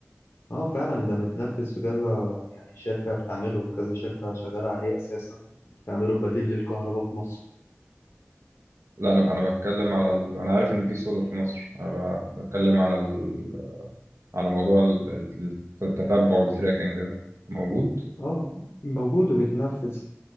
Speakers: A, on the left; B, on the right.
A: اه فعلا ده متنفذ في كذا يعني شركة بتعمله كذا شركة شغالة عليه أساسا بتعمله بديل للكهرباء في مصر
B: لا انا انا بتكلم على ال... انا عارف ان في سولار في مصر انا ب... بتكلم على ال... على موضوع ال- ال- التتبع والتراكنج ده موجود
A: اه موجود وبيتنفذ